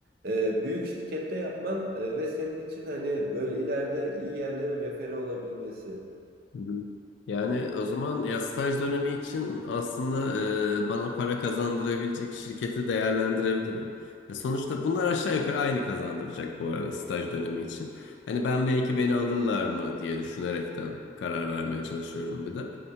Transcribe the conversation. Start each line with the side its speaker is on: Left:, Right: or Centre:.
Right: e, büyük şirkette yapman e, ve senin için hani böyle ileride iyi yerlere refere olabilmesi.
Left: Hı hı. Yani o zaman ya staj dönemi için aslında e, bana para kazandırabilecek şirketi değerlendirebilirim. Ya sonuçta bunlar aşağı yukarı aynı kazandıracak bu arada staj dönemi için. Hani ben belki beni alırlar mı diye düşünerekten karar vermeye çalışıyorum bir de.